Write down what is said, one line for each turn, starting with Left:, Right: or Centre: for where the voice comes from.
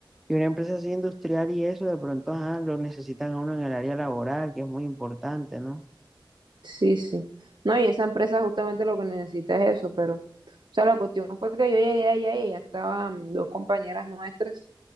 Centre: Y una empresa así industrial y eso, de pronto, ajá, lo necesitan a uno en el área laboral, que es muy importante, ¿no?
Right: Sí, sí. No, y esa empresa justamente lo que necesita es eso, pero, o sea, la cuestión fue que yo llegué allá y ya estaban dos compañeras nuestras